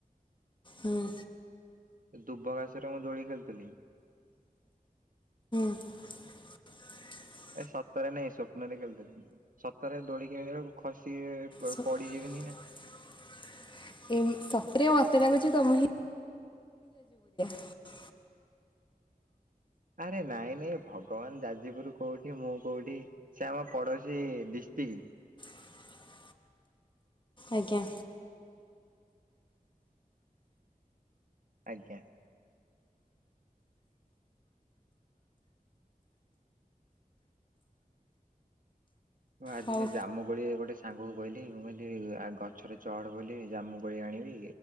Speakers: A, on the left (about 30°); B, on the right (about 65°).
A: ହୁଁ
B: ଦୁବ ଘାସରେ ମୁଁ ଦୋଳି ଖେଳୁଥିଲି।
A: <inaudible>
B: ଏ ସତରେ ନାଇଁ ସ୍ୱପ୍ନରେ ଖେଳୁଥିଲି ସତରେ ଦୋଳିି କେ କେମିତି ଖସି
A: ସ-
B: ପଡିଯିବିନି।
A: <inaudible>
B: ନା।
A: ଏ ସତରେ ମତେ ଲାଗୁଚି ତମେ ହିଁ <unintelligible>
B: ଆରେ ନାଇଁ ନାଇଁ ଭଗବାନ ଯାଜପୁର କୋଉଠି ମୁଁ କୋଉଠି ସେ ଆମ ପଡୋଶୀ ଡିସ ଟି
A: ହ ଆଜ୍ଞା।
B: ଆଜ୍ଞା। ଆଜି
A: ହଉ।
B: ସେ ଜାମୁ କୋଳି ଗୋଟେ ସାଙ୍ଗ କୁ କହିଲି ମୁଁ କହିଲି ଆ ଗଛରେ ଚଢ ବୋଲି ଜାମୁ କୋଳି ଆ ଣିବି